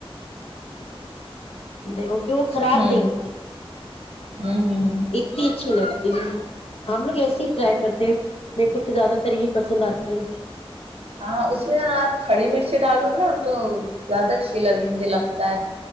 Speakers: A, on the left; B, on the right.
A: <inaudible> <inaudible> کہ وہ خراب
B: ہوں
A: نہیں ہوتی
B: ہوں ہوں
A: اتنی اچھی لگتی ہے ہم لوگ ایسے ہی ٹرائی کرتے ہیں میرے کو تو زیادہ تر یہی پسند آتی ہے
B: ہاں اس میں آپ کڑی مرچ ڈالو نا تو بگا ش ل کی مجھے لگتا ہے